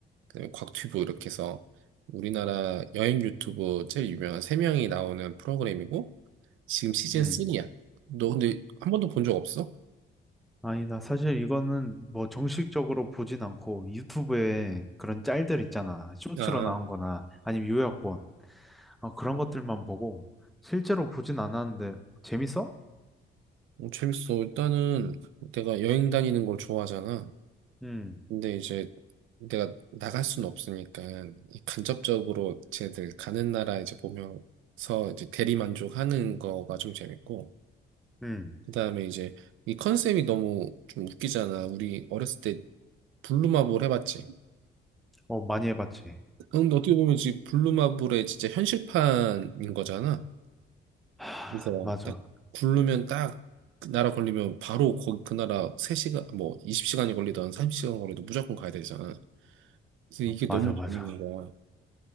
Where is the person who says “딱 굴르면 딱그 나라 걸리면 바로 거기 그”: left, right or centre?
Right